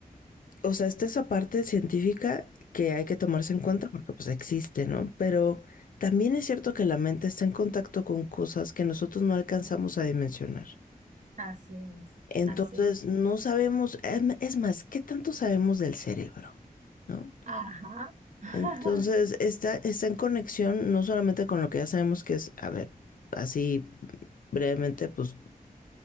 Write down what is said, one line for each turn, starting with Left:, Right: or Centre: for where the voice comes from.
Left: o sea, está esa parte científica que hay que tomarse en cuenta porque pues existe, ¿no? Pero también es cierto que la mente está en contacto con cosas que nosotros no alcanzamos a dimensionar.
Right: Así,
Left: Entonces,
Right: así.
Left: no sabemos, em, es más, ¿qué tanto sabemos del cerebro? ¿No?
Right: Ajá. <laughs>
Left: Entonces, está, está en conexión no solamente con lo que ya sabemos que es, a ver, así brevemente, pues